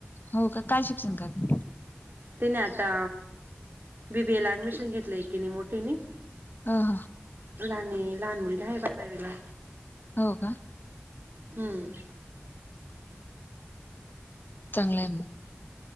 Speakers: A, on the left; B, on the right.
A: हो का काय शिक्षण करत्याती?
B: तिने आता बी बी ए ला ऍडमिशन घेतलंय ऐकिनी मोठीनी
A: ह हां
B: लहान हे लहान मुलगा आहे बारावीला.
A: हो का
B: हम्म
A: चांगलं आहे मग,